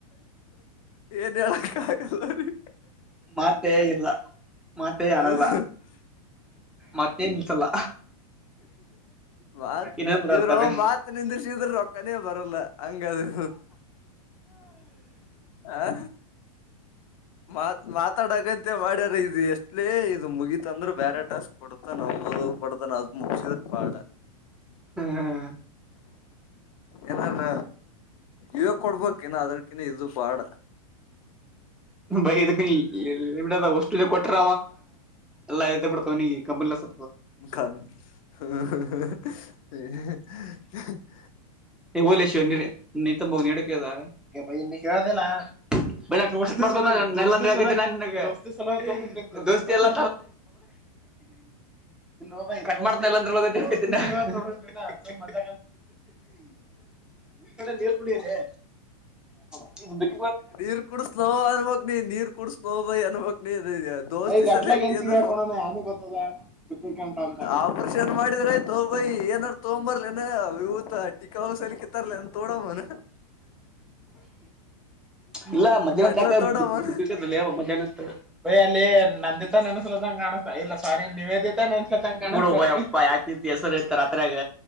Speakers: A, on the left; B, in the centre.
A: ಏನಳ ಸರಿ
B: ಮಾತೇ ಇಲ್ಲ ಮತ್ತೆ
A: ಅವ್ರಿಗೆ
B: ಆಡಲ್ಲ ಮತ್ತೆ ನಿಲ್ಸಲ್ಲ
A: ಮತ್
B: ಇನ್ನೇನ್ ಮಾತಾಡ್ತಾರೆ
A: ಇದ್ರ ಮಾತ್ ನಿಂದಿರ್ಸಿದ್ರ ರೊಕ್ಕನೇ ಬರಲ್ಲ ಹಂಗದು ಹ ಮಾತ್ ಮಾತಾಡಕಂತೆ ಮಾಡ್ಯಾರ ಇದು ಎಷ್ಟಲೇ ಇ ಮುಗೀತಂದ್ರು ಬೇರೆ ಟಾಸ್ಕ್ ಕೊಡತ ನಾವು ಉದೋಗ ಪಡತನ ಮುಖ್ಯವರು ಪಾಠ
B: ಹ್ಮ್
A: ಎನಲ್ಲ ಇವ ಕೊಡ್ಬೇಕನ ಅದ್ರಕಿನ್ನ ಇದು ಬಾಡ
B: ಬೈ ಇದಕ್ಕ ನಿದ ವಷ್ಟುುದ ಕೊಟ್ರ ಎಲ್ಲ ಎ್ದ ಬಿಡ್ತಾವವೆಿಗೆ ಕಂಪನಲ್ಲ ಸ
A: ಖ <unintelligible>
B: ಹಲಿ ಶಿವ ಹೋಗಿಡದ <unintelligible> ನೆಲ್ಲಂದ ಹಗಿದ್ದೇ ನ ನಿನ್ಗೆ ಲ ದೋಸ್ತಿ ಎಲ್ಲ ಅ ಕಣ್ಮಾತನಲ್ಲ ಅಂದ್ರ ತಿ ್ ಮಜ ನೀರ್ ಕುಡಿಯನೆ <unintelligible>
A: ನೀರ್ ಕೂಡ ಸ್ನೋ ಅನ್ಬಕ್ ನೀ ನೀರ್ ಕುೂಡ ಸ್ನೋ ಬೈಅನ್ಬ ನೀ ದೋಸ್ತಿ
B: ಏಯ್ ಗಂಟ್ಲಾಗ
A: ಸಲಕ
B: ಏನ್ ಸಿಗಿ
A: ಏಂದ
B: ಹಾಕೋಣ ಯಾನು ಗೊತ್ತದ ಬಿಕ್ಕು ಕೆಂಟ ಅಂತಾನೆ
A: ಆಪ್ರೇಷನ್ ಮಾಡಿದ್ರಯ್ತೋಬಯಿ ಏನಾರ ತಗೊಂಬರ್ಲನ ಇವತ ಟಿಕಾ ಹೋಗ ಸಲಿಕ್ಕೆ ತರ್ಲನು ತೋಡ ಪನ
B: ಇಲ್ಲ ಮಧ್ಯಾಹ್ನ
A: ಗಂಡ್ಲ
B: ಯಾಕ
A: ತೋಡಮ್ಮನ
B: ಬಾಗ ಮಧ್ಯಾಹ್ನ ಅಂತ ಬಯ ಅಲ್ಲಿ ನಂದಿದ್ದ ನೆನ್ಸಲಂಗಾಣ ಇಲ್ಲ ಸಾರಿ ನೀವೇದತನ್ಸಂಗಪ್ಪ ಯಾತತಿ ಹೆಸರು ಇತ ರಾತ್ರಿಾಗ